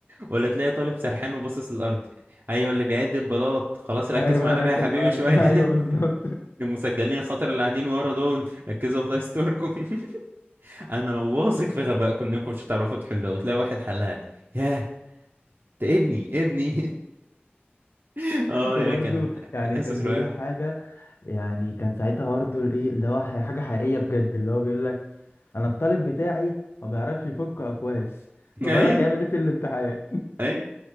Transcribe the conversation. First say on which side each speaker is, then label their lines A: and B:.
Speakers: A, on the right; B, on the left.
A: ولا تلاقي طالب سرحان وباصص للأرض أيوة اللي بيعد البلاط خلاص ركز
B: ايوه
A: معانا
B: ركز
A: بقى يا حبيبي
B: معايا
A: شوية
B: <laughs> ايوه بالظبط
A: <laughs> المسجلين الخطر اللي قاعدين ورا دول ركزوا الله يستركم <laughs> أنا واثق في غبائكم إنكم مش هتعرفوا تحلوها وتلاقي واحد حلها ياه ده ابني ابني <laughs> اه
B: وبرده
A: انا كان
B: يعني
A: اسس
B: كان
A: رائع
B: بيقول حاجة يعني كان ساعتها برضه ايه اللي هو ح- حاجة حقيقية بجد اللي هو بيقول لك انا الطالب بتاعي ما بيعرفش يفك اكواس
A: <laughs>
B: ما
A: ايوه
B: بالك هيعمل ايه في الامتحان
A: ايوه